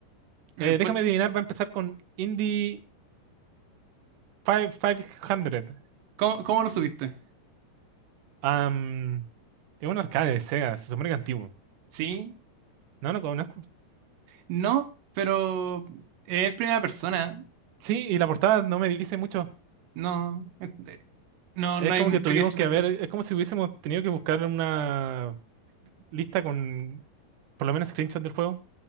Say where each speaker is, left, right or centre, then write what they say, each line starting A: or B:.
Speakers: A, on the right (about 85°); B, on the right (about 70°).
A: En
B: Eh,
A: el
B: déjame
A: puest-
B: adivinar, va a empezar con Indie 5 500.
A: ¿Cómo, cómo lo subiste?
B: Am, es un arcade de Sega, se supone que antiguo.
A: Sí,
B: No, no lo conozco.
A: no, pero es primera persona.
B: Sí, y la portada no me dice mucho.
A: No, eh, eh, no,
B: Es
A: no hay
B: como
A: mucho
B: que tuvimos
A: que decir
B: que
A: de
B: haber,
A: esto.
B: es como si hubiésemos tenido que buscar una lista con por lo menos screenshots del juego.